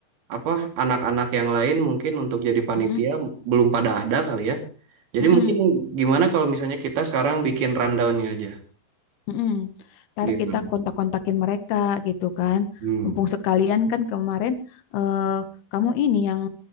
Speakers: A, on the right (about 65°); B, on the left (about 70°).
A: apa anak-anak yang lain mungkin untuk jadi panitia
B: mm-mm,
A: belum pada ada kali ya. Jadi
B: mm-mm,
A: mungkin gimana kalau misalnya kita sekarang bikin rundownnya aja.
B: mm-mm. Ntar
A: Gimana?
B: kita kontak-kontakin mereka gitu kan.
A: Hmm.
B: Mumpung sekalian kan kemarin eh, kamu ini yang